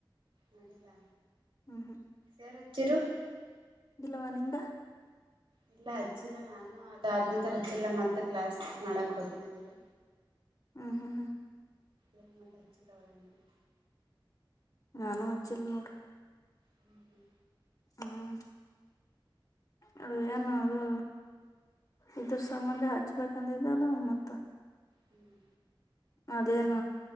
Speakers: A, on the right; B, on the left.
A: ಮಾಡಡಿಲ್ಲ.
B: ಹ್ಮ ಹ್ಮ
A: ಯರ್ ಹಚ್ಚರು
B: ಇಲ್ಲವಾ ನಿಂದ
A: ಇಲ್ಲ ಹಚ್ಚಿಲ್ಲ ನಾನ ಅದಾದ್ ನಂತರ ಇತ್ತಿಲ್ಲ ಮತ್ತ ಕ್ಲಾಸ್ ಮಾಡಕ್ ಹೋ್ತೀನಗಿರು
B: ಹಾ ಹಾ ಹಾ
A: ಇ ಮೆ ಹಚ್ಚಿದವರಾಗಿ <unintelligible>
B: ನಾನು ಹಚ್ಚಿಲ್ಲ ನೋಡು
A: ಹ್ಮ್ ಹ್ಮ್
B: ಹ್ಮ್ ಅದು
A: ಹ್ಮ್
B: ಏನ
A: ಸರಿ
B: ಅದು ಇದ್ರ ಸಂಬಂಧ ಹಚ್ಬೇಕಂದಿದಲ್ಲ ಮತ್ತ
A: ಹ್ಮ್
B: ಅದೇನ್